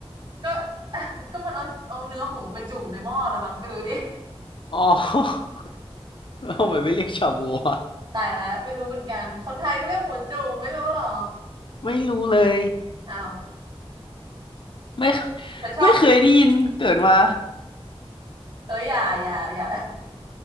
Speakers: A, on the right; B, on the left.
A: ก็ <laughs> ก็มันเอาเอาเนื้อหมูไปจุ่มในหม้อละมั้งไม่รู้ดิ
B: อ๋อ <laughs> แล้วทำไมไม่เรียกชาบูอ่ะ
A: ตายแล้วไม่รู้เหมือนกันคนไทยเขาเรียกหมูจุ่มไม่รู้เหรอ
B: ไม่รู้เลย
A: อ้าว
B: ไม่
A: แต่ชอบ
B: ไม่เคยได้ยินเกิดมา
A: เอออย่าอย่าอย่า